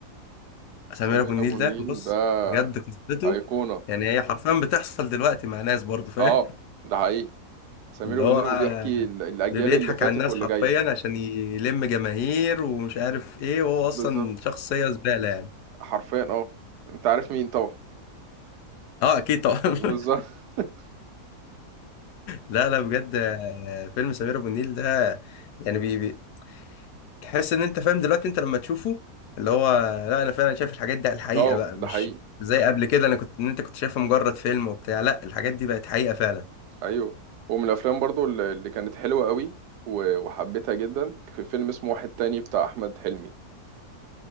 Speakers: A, on the left; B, on the right.
A: سمير
B: سمير
A: أبو النيل
B: ابو
A: ده
B: النيل
A: بص
B: ده
A: بجد قصته
B: أيقونة
A: يعني هي حرفيا بتحصل دلوقتي مع ناس برضه فاهم
B: اه ده حقيقي سمير
A: اللي
B: وبنين
A: هو
B: هو بيحكي ال- الأجيال
A: بي- بيضحك
B: اللي فاتت
A: على الناس
B: واللي
A: حرفيا
B: جاية
A: عشان يلم جماهير ومش عارف ايه وهو اصلا
B: بالظبط
A: شخصية زبالة يعني
B: حرفيا اه انت عارف مين طبعا
A: اه اكيد طبعا <laughs>
B: بالظبط <laughs>
A: لا لا بجد آه، فيلم سمير ابو النيل ده يعني بي بي تحس ان انت فاهم دلوقتي انت لما تشوفه اللي هو لا انا فعلا شايف الحاجات دي على الحقيقة
B: اه
A: بقى مش
B: ده حقيقي
A: زي قبل كده انا كنت ان انت كنت شايفها مجرد فيلم وبتاع لا الحاجات دي بقت حقيقة فعلا
B: ايوه ومن الافلام برضو اللي اللي كانت حلوه قوي و- وحبيتها جدا في فيلم اسمه واحد تاني بتاع احمد حلمي